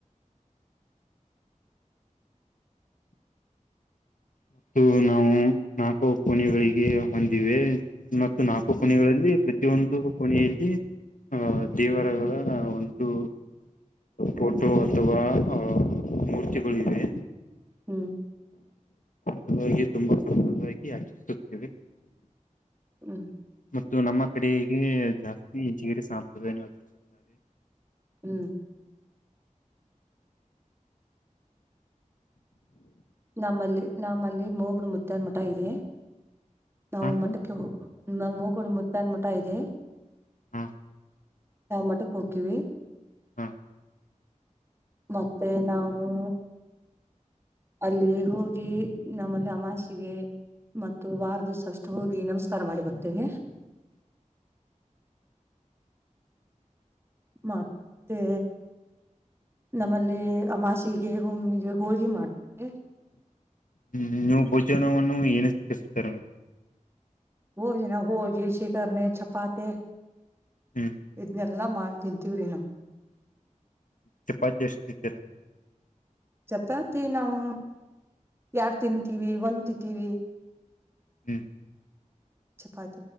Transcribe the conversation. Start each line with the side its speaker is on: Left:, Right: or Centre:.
Left: ಮತ್ತು ನಾವು ನಾಲ್ಕು ಕೋಣೆಗಳಿಗೆ ಹೊಂದಿವೆ ಮ ಇ ನಾಲ್ಕು ಕೊನೆೆಗಳಲ್ಲಿ ಪ್ರತಿಯೊಂದು ಕೊನೆಯಲ್ಲಿ ಅಹ್ ದೇವರಗಳ ಒಂದು ಫೋಟೋ ಅಥವಾ ಆಹ್ ಮೂರ್ತಿಗಳು ಇವೆ
Right: ಹ್ಮ್
Left: ತುಂಬಾ ಸುಂದವಾಗಿ ಆಚರಿಸುತ್ತೇವೆ
Right: ಹ್ಮ್
Left: ಮತ್ತು ನಮ್ಮ ಕಡೆಗೆ ಜಾಸ್ತಿ ಇಂಚಗಿರಿ ಸಾಪ್ರದಾಯ ಆಚರಿಸುತ್ತಾರೆ
Right: ಹ್ಮ್ ನಮ್ಮಲ್ಲಿ ನಮ್ಮಲ್ಲಿ ಮೂಬಳ ಮುದ್ದನ್ಮಟ ಇದೆ ನಾವು
Left: ಹಾ ಮೇಡಮ್
Right: ಮಠಕ್ಕೆ ಹೋಗುವ ನ್ ಮೂ ಕೂಡ ಮುುತ್ತನ್ ಮಠ ಇದೆ
Left: ಹಾ
Right: ಹ ಮಟಕ್ ಹಕೀವಿ
Left: ಹಾ
Right: ಮತ್ತೆ ನಾವವು ಅಲ್ಲಿ ಹೋಗಿ ನಮ್ಮಲ್ಲಿ ಅಮಾಷಿಗೆ ಮ ವಾರದುು ಸಷ್ಟು ಹೋಗಿ ನಮಸ್ ಮಾಡಿ ಬರ್ತೇವಿ ಮತ್ತೆ ನಮ್ಮಲ್ಲಿ ಅಮಾಷ ಿಗೆ ಒಮ್ಮಿಗೆ ಹೋಳಿ ಮಾಡ್ತೆ
Left: ಹ್ಮ್ ನೀವು ಭೋಜನವನ್ನು ಏನತಾರೆೇ್
Right: ಹ ಜನ ಹೋಗ ಶಕ ಛಪ್ಪಾತೆ
Left: ಹ್ಮ್
Right: ಇಜ್ನ ನಲ್ಲ ಮಾಡ ತಿಂತೀ್ರಿನ
Left: ಚಪಾತಿ ಎಷ್ಟ್ದೀರ
Right: ಚಪಾತಿ ನಾವ್ ಯಾರ್ ತಿಂತೀವಿ ಒಂದ್ ತಿಂತೀವಿ
Left: ಹ್ಮ್
Right: ಚೆಪಾತ